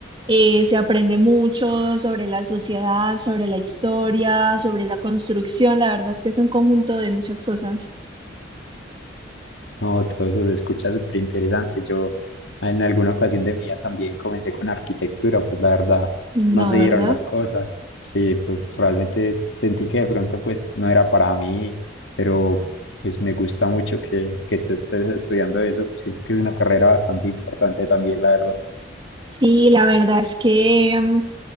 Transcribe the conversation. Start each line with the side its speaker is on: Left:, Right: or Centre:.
Right: eh, se aprende mucho sobre la sociedad, sobre la historia, sobre la construcción, la verdad es que es un conjunto de muchas cosas,
Left: No, todo eso se escucha súper interesante. Yo en alguna ocasión de mi vida también comencé con arquitectura, pues la verdad
Right: no,
Left: no se
Right: ¿verdad?
Left: dieron las cosas. Sí, pues realmente es- sentí que de pronto pues no era para mí, pero pues me gusta mucho que, que tú estés estudiando eso. Siento que es una carrera bastante importante también, la verdad.
Right: Sí, la verdad es que mm,